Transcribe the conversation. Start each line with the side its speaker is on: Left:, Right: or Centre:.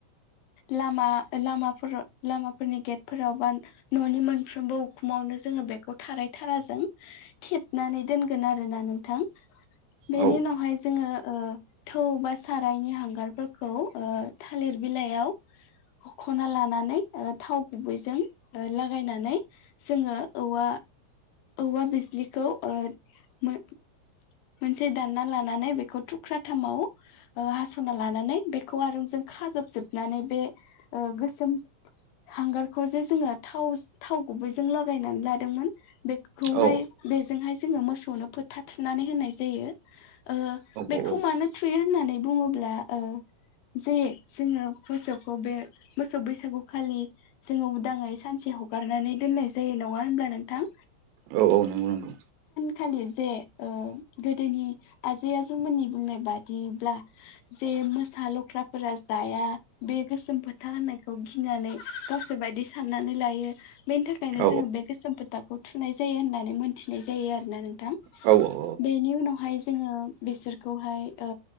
Left: लामा लामाफोराव लामाफोरनि गेटफोरावबा न'नि मोनफ्रोमबो उखुमाव जोङो बेखौ थाराय थाराजों थेबनानै दोनगोन आरोना नोंथां बेनि
Right: औ
Left: उनावहाय जोङो ओ थौ बा सारायनि हांगारफोरखौ ओ थालिर बिलाइयाव हख'ना लानानै ओ थाव गुबैजों लागायनानै जोङो औवा औवा बिजलिखौ ओ मोनसे दानना लानानै बेखौ थुख्राथामाव ओ हास'ना लानानै बेखौ आरो जों खाजोबजोबनानै बे ओ गोसोम हांगारखौ जे जोङो थाव थाव गुबैजों लागायनानै लादोंमोन बेखौहाय
Right: औ
Left: बेजोंहाय जोङो मोसौनो फोथा थुनानै होननाय जायो ओ बेखौ
Right: औ
Left: मानो थुयो होननानै बुङोब्ला ओ जे जोङो मोसौखौ बे मोसौ बैसागुखालि जोङो उदाङै सानसे हगारनानै दोननाय जायो नङा होनब्ला नोंथां
Right: औ औ नंगौ नंगौ
Left: खालि जे ओ गोदोनि आजै आजौमोननि बुंनाय बादिब्ला जे मोसा लख्राफोरा जाया बे गोसोम फोथा होनायखौ गिनानै गावसोर बायदि साननानै लायो बेनि थाखायनो
Right: औ
Left: जोङो बे गोसोम फोथा खौ थुनाय जायो होननानै मोनथिनाय जायो आरोना नोंथां
Right: औ औ
Left: बेनि उनावहाय जोङो बेसोरखौहाय‌ ओ